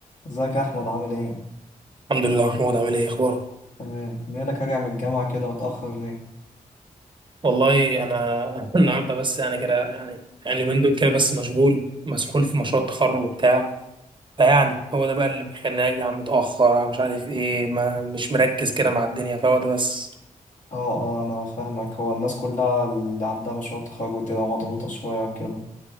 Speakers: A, on the left; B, on the right.
A: ازيك يا احمد عامل ايه
B: الحمد لله محمود عامل ايه اخبارك
A: تمام مالك راجع من الجامعه كده متاخر ليه
B: والله انا <laughs> النهارده بس يعني كده يعني يعني من دول كده بس مشغول مسحول في مشروع التخرج وبتاع فيعني هو ده بقى اللي بيخليني ارجع متاخر مش عارف ايه ما مش مركز كده مع الدنيا فهو ده بس
A: اه اه انا فاهمك هو الناس كلها اللي عندها مشروع تخرج بتبقى مضغوطه شويه وكده